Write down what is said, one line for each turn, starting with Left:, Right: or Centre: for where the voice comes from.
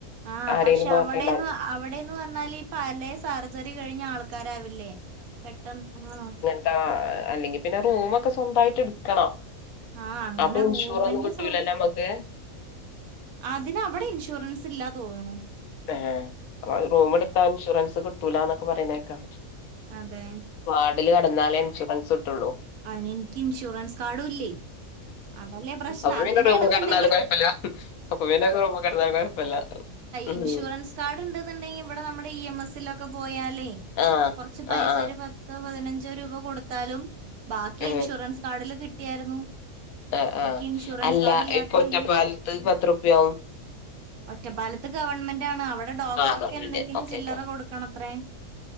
Right: ആഹ്
Left: ആരെങ്കിലും
Right: പക്ഷെ
Left: നോക്കണ്ടല്ലോ
Right: അവിടെന്ന് അവിടെന്ന് പറഞ്ഞാൽ ഈ പലേ സർജറി കഴിഞ്ഞ ആള് ക്കാരാവില്ലേ പെട്ടെന്ന് ആഹ്
Left: ആഹ് അല്ലെങ്കി പിന്നെ റൂമൊക്കെ സ്വന്തായിറ്റ് ഇട് ക്കണം
Right: ആ അങ്ങനെ
Left: അപ്പൊ ഇൻഷൂറൊന്നും
Right: റൂമിന്റെ
Left: കിട്ടൂലല്ലോ
Right: സൗകര്യം
Left: അമ്മക്ക്.
Right: അതിന് അവിടെ ഇൻഷൂറൻസ് ഇല്ലാ തോന്ന്ണു.
Left: ഏഹ് അപ്പ റൂമ് ഇടുത്താ ഇൻഷൂറൻസ് കിട്ടൂലന്നൊക്കെ പറയ്ണേക്കാ.
Right: അതെ.
Left: വാഡില് കടന്നാലേ ഇൻഷുറൻസ് ഇട്ടൊള്ളൂ.
Right: അതിനിൻക്ക് ഇൻഷൂറൻസ് കാർഡും ഇല്ലേ. അതല്ലേ പ്രശ്നം.
Left: അപ്പൊ
Right: അങ്ങനെയാണെന്നുണ്ടെങ്കിൽ
Left: പിന്നെ റൂമ് കെടന്നാലും കൊഴപ്പല്ല അപ്പൊ പിന്നെ റൂമമ് കെടന്നാല് കൊഴപ്പല്ല. ഉം
Right: ഇൻഷൂറൻസ് കാർഡ് ഇണ്ട്ന്ന്ണ്ടെങ്കി ഇവിടെ നമ്മടെ ഇ എം എസ്സിലൊക്കെ പോയാലേ.
Left: ആഹ്
Right: കൊർച്ച് പൈസ
Left: ആഹ് ആഹ്
Right: ഒരു പത്തോ പതിനഞ്ചോ രൂപ കൊടുത്താലും. ബാക്കി
Left: ഏഹ്
Right: ഇൻഷുറൻസ് കാർഡില് കിട്ടിയാര്ന്നു.
Left: ആഹ് ആഹ്
Right: ഇക്ക് ഇൻഷുറൻസ്
Left: അല്ല
Right: കാർഡ് ഇല്ലാത്ത
Left: ഇപ്പൊ ഒറ്റപ്പാലത്ത്
Right: വല്ല്യ മിൻ
Left: പത്ത് റുപ്യാവും
Right: ഒറ്റപ്പാലത്ത് ഗവൺമെന്റ് ആണ് അവടെ ഡോക്ടർക്ക്
Left: ആഹ് ഗവൺമെന്റ്
Right: എന്തെങ്കിലും
Left: ഓക്കെ
Right: ചില്ലറ
Left: ഓക്കെ
Right: കൊടുക്കണത്രേ.